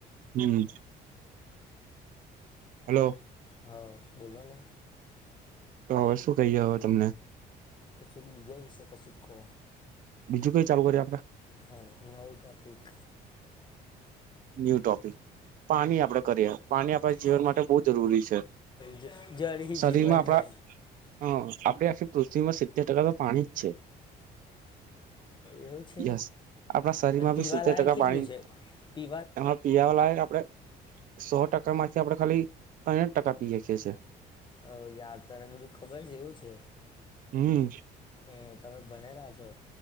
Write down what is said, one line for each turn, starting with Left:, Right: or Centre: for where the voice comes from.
Right: હમ્મ હેલો.
Left: હા, બોલોને.
Right: તો હવે શું કહીએ હવે તમને?
Left: કશું બીજા વિશે કશું કો.
Right: બીજું કઈ ચાલુ કરીએ આપડે
Left: હમ્મ નવુ ટોપિક
Right: ન્યુ ટોપિક પાણી આપણેે કરીએ. પાણી આપણા જીવન
Left: હા
Right: માટે બહુ જરૂરી છે.
Left: જ- જળ હી
Right: શરીરમાં
Left: જીવન
Right: આપણા
Left: હે
Right: હ આપણે પૃથ્વીમાં સીતેર ટકા તો પાણી છે
Left: એવું છે.
Right: યસ આપણા શરીરમાં
Left: અને પીવાલાયક
Right: બી સિત્તેર ટકા
Left: કેટલું
Right: પાણી
Left: છે? પી
Right: એમાં પીયાવાલાએ આપણેે સો ટકા માં થી આપડે ખાલી ત્રણ ટકા પીએકીએ છીએ
Left: હો યાર તને બધું ખબર છે એવું છે.
Right: હમ્મ
Left: હો તમે ભણેલા છો.